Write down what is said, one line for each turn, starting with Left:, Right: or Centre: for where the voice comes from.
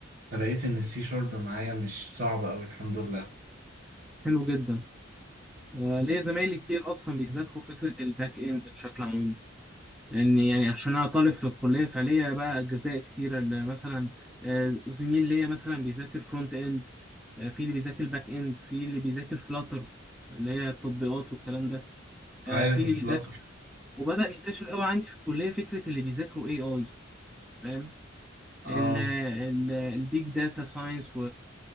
Right: فلقيت ان السي شارب معايا مش صعبة اوي الحمد لله
Centre: حلو جدا آه ليه زمايلي كتير أصلا بيذاكروا فكرة الباك إند بشكل عام لأن يعني عشان أنا طالب في الكلية فليا بقى أجزاء كتيرة اللي مثلا آه زميل ليا مثلا بيذاكر فرونت إند آه في اللي بيذاكر باك إند في اللي بيذاكر فلاتر اللي هي التطبيقات والكلام ده
Right: عارف
Centre: آه في اللي
Right: الفلاتر
Centre: بيذاكر وبدأ ينتشر قوي عندي في الكلية فكرة اللي بيذاكروا AI فاهم
Right: اه
Centre: ال- ال- البيج داتا ساينس